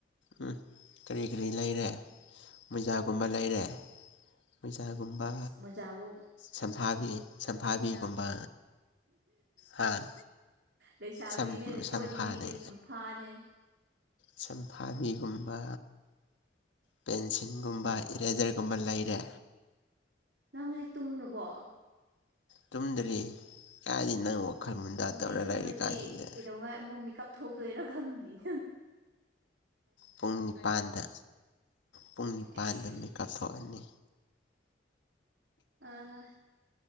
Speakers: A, on the left; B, on the right.
A: ꯎꯝ ꯀꯔꯤ ꯀꯔꯤ ꯂꯩꯔꯦ ꯃꯣꯏꯖꯥꯒꯨꯝꯕ ꯂꯩꯔꯦ ꯃꯣꯏꯖꯥꯒꯨꯝꯕ
B: ꯑꯁ ꯃꯨꯟꯖꯥꯕꯨ
A: ꯁꯝꯐꯥꯕꯤ ꯁꯝꯐꯥꯕꯤꯒꯨꯝꯕ ꯍꯥ
B: ꯂꯩꯁꯥꯕꯤꯅꯦꯅꯦ
A: ꯁꯝ
B: ꯁꯣꯏꯗꯕꯤꯅꯦ
A: ꯁꯝꯐꯥꯅꯦ
B: ꯁꯨꯝꯐꯥꯅꯦ
A: ꯆꯝꯐꯥꯕꯤꯒꯨꯝꯕ ꯄꯦꯟꯁꯤꯜꯒꯨꯝꯕ ꯏꯔꯦꯖꯔꯒꯨꯝꯕ ꯂꯩꯔꯦ
B: ꯅꯪ ꯍꯧꯖꯤꯛ ꯇꯨꯝꯕꯣ
A: ꯇꯨꯝꯗ꯭ꯔꯤ ꯀꯥꯗꯤ ꯅꯪ ꯋꯥꯈꯜ ꯃꯨꯟꯗꯥ
B: ꯍꯧꯖꯤꯛ
A: ꯇꯧꯔ
B: ꯇꯨꯝꯃ꯭ꯔꯗꯤ
A: ꯂꯩꯔꯤꯀꯥꯟꯁꯤꯗ
B: ꯀꯩꯗꯧꯉꯥꯏ ꯑꯃꯨꯛ ꯃꯦꯀꯞ ꯊꯣꯛꯗꯣꯏꯔꯣ ꯈꯪꯅꯤꯪ
A: ꯄꯨꯡ ꯅꯤꯄꯥꯟꯗ ꯄꯨꯡ ꯅꯤꯄꯥꯟꯗ
B: ꯑꯁ
A: ꯃꯤ ꯀꯥꯞꯊꯣꯛꯑꯅꯤ
B: ꯑꯥ